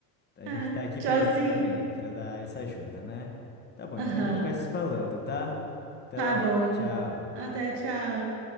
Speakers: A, on the left (about 20°); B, on the right (about 55°).
A: A
B: Ai,
A: gente tá aqui
B: Tchauzinho.
A: pra isso também, pra dar essa ajuda, né? Tá bom, então
B: Aham,
A: a gente vai se falando, tá? Até
B: tá
A: logo.
B: bom.
A: Tchau.
B: Até tchau.